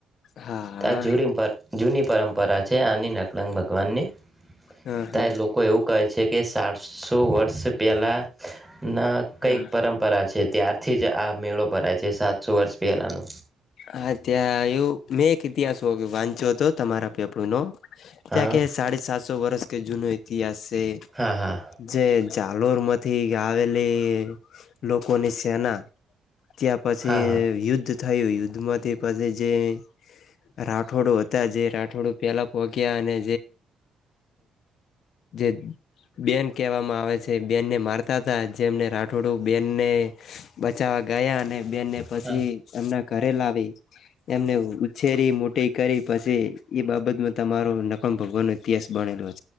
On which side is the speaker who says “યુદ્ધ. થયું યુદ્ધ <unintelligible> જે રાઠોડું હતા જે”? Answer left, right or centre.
Left